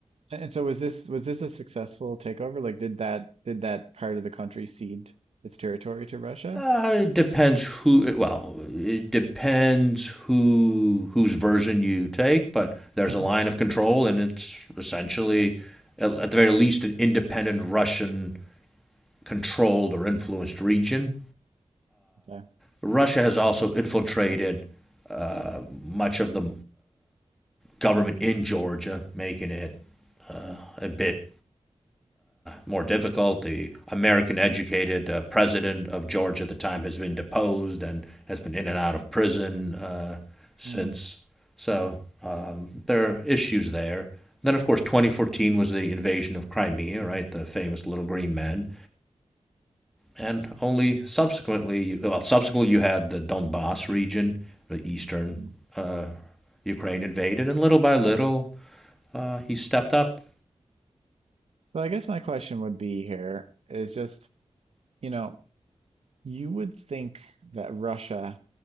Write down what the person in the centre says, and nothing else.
Uh, it depends who. Well, it depends who whose version you take, but there's
a line of control, and it's essentially, at at the very least, an independent Russian controlled or influenced region.
Russia has also
infiltrated uh, much of the government in Georgia, making it a bit more difficult. The American educated
uh, president of Georgia at the time has been deposed and has been in and out of prison uh, since.
So um, there are issues there. Then, of course, 2014 was the invasion of Crimea, right? The famous Little Green Men. and
only subsequently, you, well, subsequently you had the Donbass region, the eastern
uh, Ukraine invaded, and little by little, uh, he stepped up.